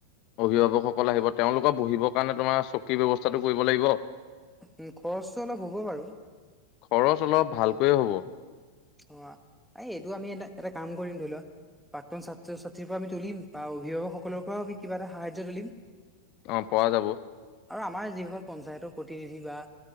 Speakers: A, on the left; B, in the centre.
A: অভিভাৱকসকল আহিব, তেওঁলোকৰ বহিবৰ কাৰণে তোমাৰ চকী ব্যৱস্থাটো কৰিব লাগিব।
B: উম, খৰচটো অলপ হ'ব বাৰু।
A: খৰচ, অলপ ভালকৈয় হ'ব।
B: অ, এই, এইটো আমি এ, এটা কাম কৰিম ধৰি লোৱা। প্ৰাক্তন ছাত্ৰ-ছাত্ৰীৰ পৰা তুলিম বা অভিভাৱকসকলৰ পৰাও আমি কিবা এটা সাহায্য তুলিম।
A: অ, পৰা যাব।
B: আৰু আমাৰ যিসকল পঞ্চায়তৰ প্ৰতিনিধি বা